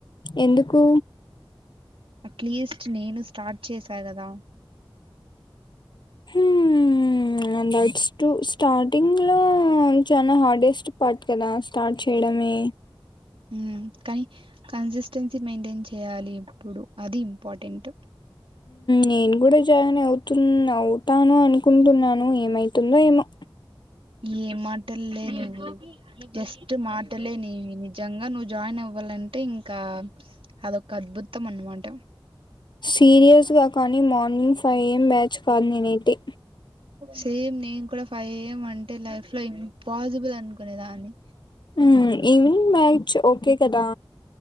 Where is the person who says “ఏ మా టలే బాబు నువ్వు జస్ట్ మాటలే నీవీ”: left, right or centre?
Right